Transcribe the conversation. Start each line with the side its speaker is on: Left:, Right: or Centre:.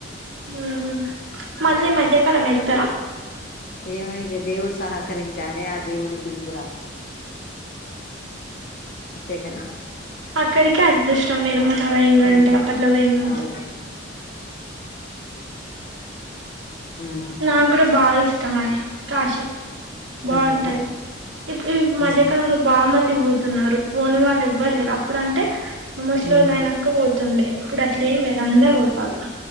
Right: ఊఊ మళ్ళీ ఈ మధ్యకాలం వెళ్తరా.
Left: ఏమో ఇగ దేవుడు సహకరించాలే ఆ దేవుడి పిలుప్ అంతే కదా
Right: అక్కడికే అదృశ ష్టం మీరు మొన్నా పోయిన్ రంటే
Left: ఉమ్
Right: అప్పట్లో పోయిన్ రంటే.
Left: అదే కదా ఉమ్
Right: నాక్ గూడా బాగా ఇష్టం అండి కాశీ బాగుంటది
Left: అంతేనా
Right: ఇప్పుడు ఈ మధ్యకాలంలో
Left: ఉమ్
Right: బా మంది పోతున్నారు పోని వాళ్ళు ఎవ్వర్లేరు అప్పుడంటే. ముస్లోళ్ళు
Left: ఉమ్
Right: అయినంక పోతుండే ఇప్పుడు అట్లేం లేదు అందరు పోతాన్లు.